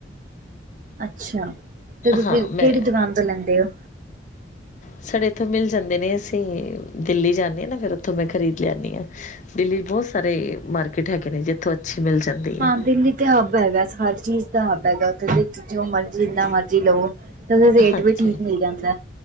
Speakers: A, on the right; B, on the left.
A: ਅੱਛਾ ਤੇ ਤੁਸੀਂ
B: ਹਾਂ
A: ਫਿਰ
B: ਮੈਂ
A: ਕਿਹੜੀ ਦੁਕਾਨ ਤੋਂ ਲੈਂਦੇ ਹੋ?
B: ਸਾਡੇ ਇੱਥੋਂ ਮਿਲ ਜਾਂਦੇ ਨੇ, ਅਸੀਂ ਦਿੱਲੀ ਜਾਂਦੇ ਹਾਂ ਨਾ ਫਿਰ ਉੱਥੋਂ ਮੈਂ ਖਰੀਦ ਲੀਆਨੀ ਆ। ਦਿੱਲੀ 'ਚ ਬਹੁਤ ਸਾਰੇ ਮਾਰਕੀਟ ਹੈਗੇ ਨੇ ਜਿੱਥੋਂ ਅੱਛੀ ਮਿਲ ਜਾਂਦੀ
A: ਹਾਂ
B: ਹੈ
A: ਦਿੱਲੀ ਤੇ ਹੱਬ ਹੈਗਾ ਹਰ ਚੀਜ਼ ਦਾ ਹੱਬ ਹੈਗਾ, ਉਥੇ ਦੇ ਜੋ ਮਰਜੀ ਜਿੰਨਾ ਮਰਜ਼ੀ ਲਵੋ। ਤੇ ਉਹਦਾ, ਰੇਟ
B: ਹਾਂਜੀ
A: ਵੀ ਠੀਕ ਮਿਲ ਜਾਂਦਾ।